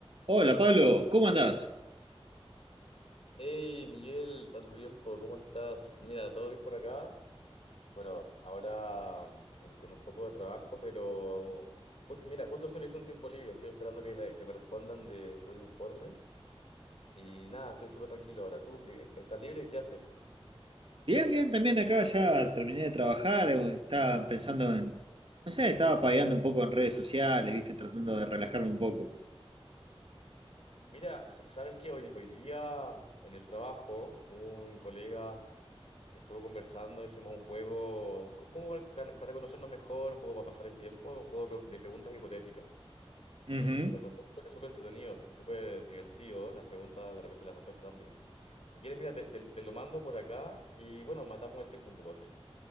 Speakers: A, on the right (about 60°); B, on the left (about 75°).
A: Hola Pablo, ¿cómo andás?
B: Hey Miguel, tanto tiempo, ¿cómo estás? Mira, ¿todo bien por acá? Bueno, ahora mm, con un poco de trabajo, pero jus- mira, justo se me hizo un tiempo libre, estoy esperando que me, que me respondan de, de un informe y nada, estoy súper tranquilo ahora. ¿Tú qué- estás libre? ¿Qué haces?
A: Bien, bien, también acá ya terminé de trabajar, eh, estaba pensando en, no sé, estaba pagando un poco en redes sociales, viste, tratando de relajarme un poco.
B: Mira, s- sabes que hoy, hoy día en el trabajo un colega estuvo conversando, hicimos un juego, co- como para, para conocernos mejor, un poco para pasar el tiempo, un juego de pre- de preguntas hipotéticas.
A: Ujú.
B: Y lo encontré súper súper entretenido, sú- súper divertido, las preguntas, de repente las respuestas también. Si quieres, mira, te, te- te lo mando por acá y bueno, matamos el tiempo un poco así.